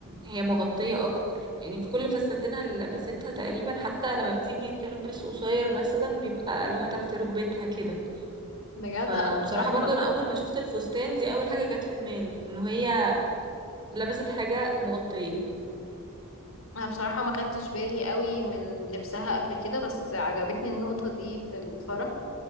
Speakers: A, on the right; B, on the left.
A: هي مغطية اكتر يعني في كل فساتينها اللي لبستها تقريبا حتى لما بتيجي تلبس قصير مثلا بيبقى اللي هو تحت ركبتها كده
B: بجد
A: فبصراحة
B: انا بصراحة
A: برضو
B: ما
A: انا اول ما شفت الفستان دي اول حاجة جت في دماغي انه هي لبست حاجة مغطية
B: انا بصراحة ما خدتش بالي قوي من لبسها قبل كده بس عجبتني النقطة دي في الفرح